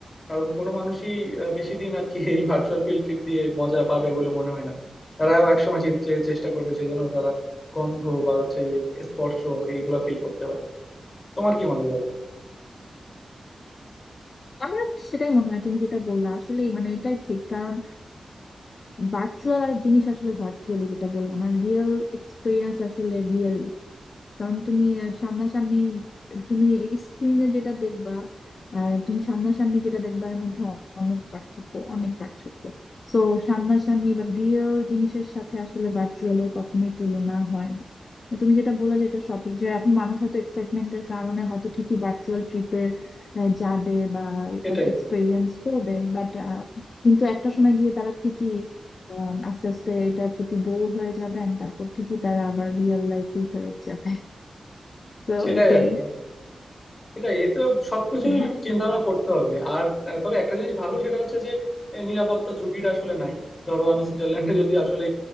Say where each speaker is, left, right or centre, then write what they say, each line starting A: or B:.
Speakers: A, on the left (about 30°); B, on the left (about 50°).
A: কারণ কোনো মানুষই আহ, বেশি দিন আর কি এই ভার্চুয়াল ফিল্ড ট্রিপ দিয়ে মজা পাবে বলে মনে হয় না তারাও একসময় চিন- চে- চেষ্টা করবে যে যেন তারা গন্ধ বা হচ্ছে স্পর্শ এইগুলা ফিল করতে পারে তোমার কি মনে হয় এই ব্যাপারে?
B: আমার সেটাই মনে হয় তুমি যেটা বললা আসলে মানে এটাই ঠিক কারণ ভার্চুয়াল আর জিনিস আসলে ভার্চুয়ালি যেটা বললাম আর রিয়েল এক্সপিরিয়েন্স আসলে রিয়েল কারণ তুমি আহ, সামনাসামনি তুমি স্ক্রিনে যেটা দেখবা আর তুমি সামনাসামনি যেটা দেখবা এর মধ্যে অ- অনেক পার্থক্য অনেক পার্থক্য তো সামনাসামনি বা রিয়েল জিনিসের সাথে আসলে ভার্চুয়ালের কখনোই তুলনা হয় না তো তুমি যেটা বললে যে এটা সঠিক যে এখন মানুষ হয়তো এক্সাইটমেন্টের কারণে হয়তো ঠিকই ভার্চুয়াল ট্রিপের যাবে বা এটা
A: সেটাই
B: এক্সপেরিয়েন্স করবে বাট কিন্তু একটা সময় গিয়ে তারা ঠিকই আহ, আস্তে আস্তে এটার প্রতি বোর হয়ে যাবেন তারপর ঠিকই তারা আবার রিয়েল লাইফে ফেরত যাবে তো
A: সেটাই
B: এটাই
A: আর কি সেটাই এ তো সবকিছু
B: হ্যাঁ
A: চিন্তা ভাবনা করতে হবে আর আহ, তবে একটা জিনিস ভালো সেটা হচ্ছে যে এ, নিরাপত্তা ঝুঁকিটা আসলে নাই ধরো আমি সুইজারল্যান্ডে যদি আসলে